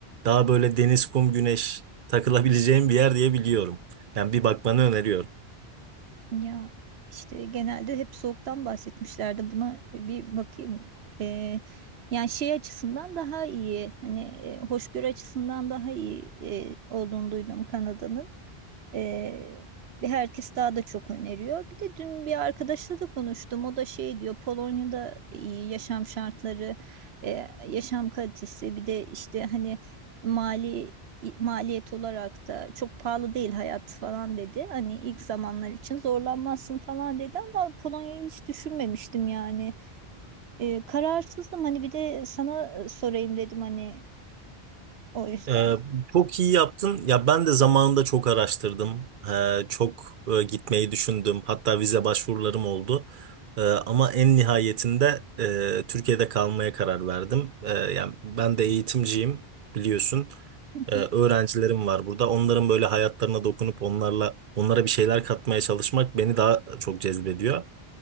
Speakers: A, on the right; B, on the right.
A: Daha böyle deniz, kum, güneş takılabileceğin bir yer diye biliyorum. Yani bir bakmanı öneriyorum.
B: ya işte genelde hep soğuktan bahsetmişlerdi buna bir bakayım Ee, yani şey açısından daha iyi hani e, hoşgörü açısından daha iyi e, olduğunu duydum Kanada'nın. Ee, bir herkes daha da çok öneriyor. Bir de dün bir arkadaşla da konuştum. O da şey diyor Polonya'da iyi yaşam şartları, e, yaşam kalitesi bir de işte hani mali maliyet olarak da çok pahalı değil hayat falan dedi. Hani ilk zamanlar için zorlanmazsın falan dedi ama Polonya'yı hiç düşünmemiştim yani. Ee, kararsızdım hani bir de sana e, sorayım dedim hani o yüzden.
A: Ee, çok iyi yaptın. Ya ben de zamanında çok araştırdım. Ee, çok e, gitmeyi düşündüm. Hatta vize başvurularım oldu. Ee, ama en nihayetinde e, Türkiye'de kalmaya karar verdim. Ee, yani ben de eğitimciyim biliyorsun.
B: <laughs>
A: Ee, öğrencilerim var burada. Onların böyle hayatlarına dokunup onlarla onlara bir şeyler katmaya çalışmak beni daha çok cezbediyor.